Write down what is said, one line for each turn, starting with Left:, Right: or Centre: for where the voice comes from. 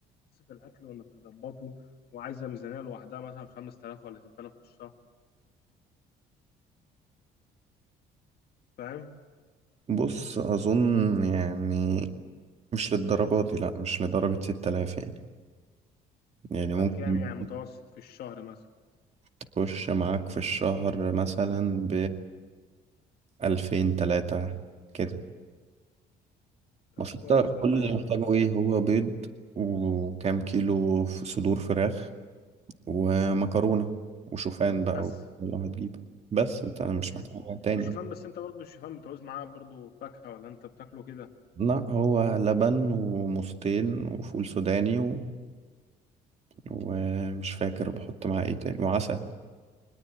Left: قصة الاكل وانك تظبطه وعايزة ميزانية لوحدها مثلا 5000 ولا 6000 في الشهر فاهم
Right: بص أظن يعني مش للدرجة دي لأ مش لدرجة ستة آلاف يعني يعني ممكن
Left: طب كام يعني متوسط في الشهر مثلا
Right: تخش معاك في الشهر مثلا بألفين تلاتة كده
Left: طب
Right: بس انت
Left: كويس والله
Right: كل اللي
Left: يعني
Right: محتاجه ايه هو بيض وكام كيلو ف- صدور فراخ ومكرونة وشوفان بقى
Left: بس
Right: لو هتجيبه بس انت مش
Left: مم.
Right: محتاج حاجة تاني
Left: والشوفان بس انت برضو الشوفان بتعوز معاه برضو فاكهة ولا انت بتاكله كده
Right: لا هو لبن وموزتين وفول سوداني و... ومش فاكر بحط معاه ايه تاني وعسل